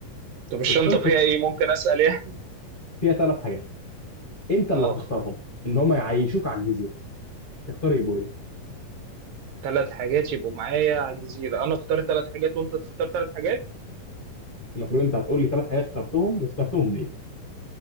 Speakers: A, on the right (about 80°); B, on the left (about 30°).
A: طب الشنطة
B: الشنطه
A: فيها
B: دي
A: إيه؟ ممكن أسأل يعني؟
B: فيها ثلاث حاجات انت اللي
A: أه
B: هتختارهم ان هم يعيشوك على الجزيره تختار يبقوا ايه
A: ثلاث حاجات يبقوا معايا على الجزيرة أنا أختار ثلاث حاجات وأنت تختار ثلاث حاجات؟
B: المفروض انت هتقول لي ثلاث حاجات اخترتهم واخترتهم ليه